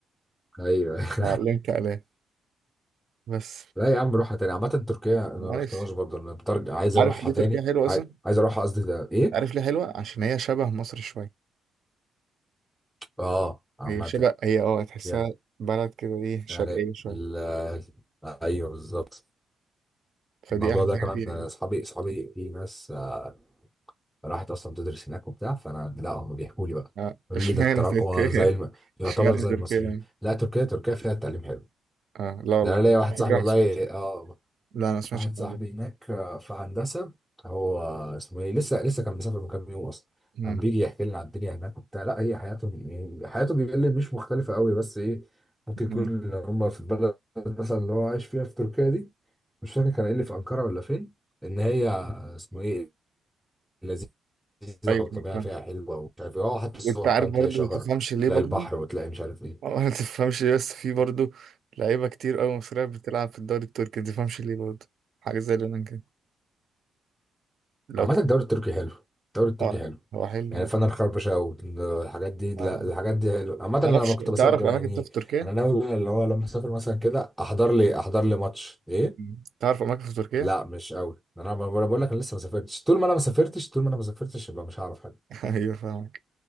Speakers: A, in the centre; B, on the right.
A: ايوه <laughs>
B: وعلمت عليها بس
A: لا يا عم روحها تاني عامه تركيا ما
B: عارف
A: رحتهاش برضه انا بترجع عايز
B: عارف
A: اروحها
B: ليه تركيا
A: تاني
B: حلوة أصلا؟
A: عاي- عايز اروحها قصدي ده ايه
B: عارف ليه حلوة؟ عشان هي شبه مصر شوية
A: اه عامه
B: هي شبه هي اه تحسها
A: يعني
B: بلد كده ايه شرقية
A: يعني
B: شوية
A: ال... ايوه بالظبط
B: فدي
A: الموضوع
B: أحلى
A: ده كمان
B: حاجة فيها
A: اصحابي
B: يعني
A: اصحابي في ناس آه، راحت اصلا تدرس هناك وبتاع فانا لا هم بيحكوا لي بقى
B: اه
A: قالوا
B: اشمعنى
A: لي ده التراكوة
B: تركيا؟
A: زي الم...
B: <laughs>
A: يعتبر
B: اشمعنى
A: زي
B: تركيا
A: المصريين
B: يعني؟
A: لا تركيا تركيا فيها التعليم حلو
B: اه لا والله
A: ده انا ليا واحد
B: على
A: صاحبي
B: فكرة
A: والله
B: ما سمعتش
A: اه
B: لا أنا ما سمعتش
A: واحد
B: عن
A: صاحبي
B: الحوار ده
A: هناك آه، في هندسة هو اسمه ايه لسه لسه كان مسافر من كام يوم اصلا
B: مم.
A: كان بيجي يحكي لنا على الدنيا هناك وبتاع لا هي حياته حياته بيقول لي مش مختلفة قوي بس ايه ممكن يكون
B: مم.
A: إن هم في البلد مثلا اللي هو عايش فيها في تركيا دي مش فاكر كان قايل لي في أنقرة ولا فين ان هي اسمه ايه لذيذة
B: أيوة
A: والطبيعة
B: أيوة، فاهم
A: فيها حلوة ومش عارف ايه اه حتى الصور
B: وأنت عارف
A: فاهم
B: برضه
A: تلاقي شجر
B: ما تفهمش ليه
A: تلاقي
B: برضه؟
A: البحر وتلاقي مش عارف ايه
B: اه ما تفهمش ليه بس في برضه لعيبة كتير أوي مصرية بتلعب في الدوري التركي ما تفهمش ليه برضه حاجة زي اليونان كده لو
A: عامة
B: ت-
A: الدوري التركي حلو الدوري التركي
B: اه آه،
A: حلو
B: هو حلو
A: يعني
B: اه
A: فانا الخربشة والحاجات دي لا
B: آه.
A: الحاجات دي حلو عامة
B: معرفش
A: أنا لما كنت
B: تعرف
A: بسافر ده
B: اماكن
A: يعني
B: طب في تركيا
A: انا ناوي اللي هو لما اسافر مثلا كده احضر لي احضر لي ماتش ايه
B: مم. تعرف اماكن في تركيا
A: لا مش قوي انا ما- أنا بقول لك انا لسه ما سافرتش طول ما انا ما سافرتش طول ما انا ما سافرتش يبقى مش هعرف حاجة
B: <laughs> ايوه فاهمك